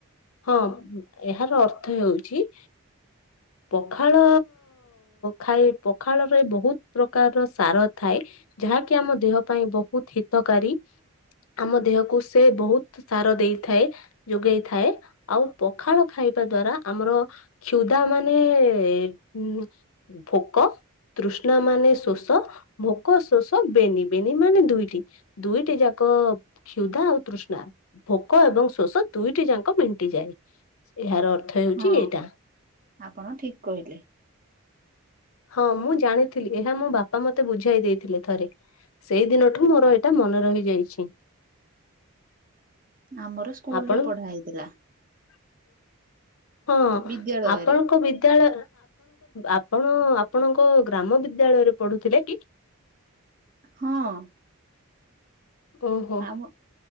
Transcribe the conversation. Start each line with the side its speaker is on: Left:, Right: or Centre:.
Left: ହଁ ଏହାର ଅର୍ଥ ହେଉଛି। ପଖାଳ ଖାଇ ପଖାଳରେ ବହୁତ ପ୍ରକାରର ସାର ଥାଏ, ଯାହାକି ଆମ ଦେହ ପାଇଁ ବହୁତ ହିତକାରୀ। ଆମ ଦେହକୁ ସେ ବହୁତ ସାର ଦେଇଥାଏ। ଯୋଗେଇ ଥାଏ, ଆଉ ପଖାଳ ଖାଇବା ଦ୍ଵାରା ଆମର କ୍ଷୁଦା ମାନେ ସେ ଉଁ। ଭୋକ ତୃଷ୍ଣା ମାନେ ଶୋଷ। ତ ଭୋକ, ଶୋଷ ବେନି। ବେନି ମାନେ ଦୁଇଟି। ଦୁଇଟି ଯାକ କ୍ଷୁଦା ଆଉ ତୃଷ୍ଣା, ଭୋକ ଏବଂ ଶୋଷ ଦୁଇଟି ଯାକ ମେଣ୍ଟିଯାଏ। ଏହାର ଅର୍ଥ ହେଉଛି
Right: ହଁ
Left: ଏଇଟା।
Right: ଆପଣ ଠିକ କହିଲେ।
Left: ହଁ, ମୁଁ ଜାଣିଥିଲି। ଏହା ମୋ ବାପା ମତେ ବୁଝାଇ ଦେଇଥିଲେ ଥରେ। ସେଇ ଦିନଠୁ ମୋର ଏଇଟା ମନେ ରହିଯାଇଛି।
Right: ଆମ ସ୍କୁଲ
Left: ଆପଣ
Right: ରେ ପଢା ହେଇଥିଲା।
Left: <inaudible> ହଁ
Right: ବିଦ୍ୟାଳୟରେ
Left: ଆପଣଙ୍କ ବିଦ୍ୟାଳୟ ଆପଣ ଆପଣଙ୍କ ଗ୍ରାମ ବିଦ୍ୟାଳୟରେ ପଢୁଥିଲେ କି?
Right: ହଁ
Left: ଓହୋ
Right: ଆମ